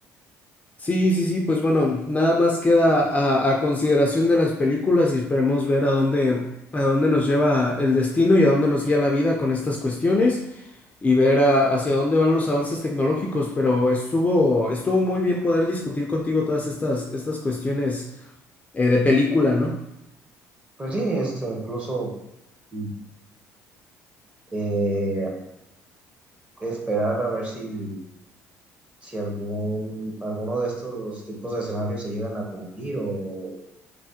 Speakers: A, on the left (about 20°); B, on the right (about 20°).
A: Sí, sí, sí, pues bueno, nada más queda a, a consideración de las películas y esperemos ver a dónde, a dónde nos lleva el destino y a dónde nos guía la vida con estas cuestiones y ver a- hacia dónde van los avances tecnológicos, pero estuvo, estuvo muy bien poder discutir contigo todas estas, estas cuestiones eh, de película, ¿no?
B: Pues sí, esto incluso mm, eh, esperar a ver si, si algún, alguno de estos tipos de escenarios se llegan a cumplir o